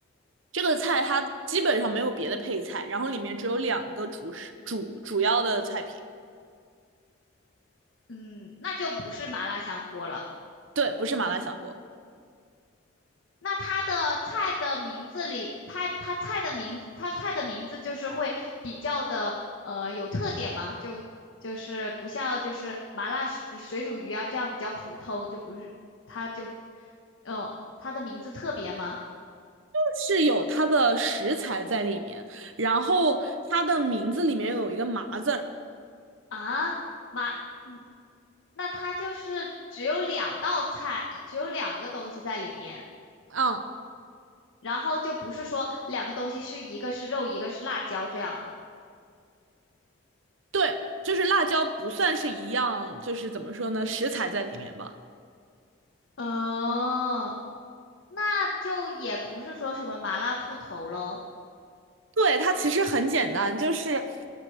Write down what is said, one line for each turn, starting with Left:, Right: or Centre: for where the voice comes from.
Right: 这个菜它基本上没有别的配菜，然后里面只有两个主食主主要的菜品。
Left: 嗯，那就不是麻辣香锅了。
Right: 对，不是麻辣香锅，
Left: 那它的菜的名字里，它它菜的名字它菜的名字就是会比较的呃有特点嘛，就就是不像就是麻辣水水煮鱼啊这样比较普通，就不是它就，嗯，它的名字特别吗？
Right: 是有它的食材在里面，然后它的名字里面有一个“麻”字儿。
Left: 啊，麻，嗯那它就是只有两道菜，只有两个东西在里面，
Right: 嗯，
Left: 然后就不是说两个东西是一个是肉，一个是辣椒这样的。
Right: 对，就是辣椒不算是一样，就是怎么说呢，食材在里面吧。
Left: 哦，那就也不是说什么麻辣兔头喽。
Right: 对，它其实很简单，就是，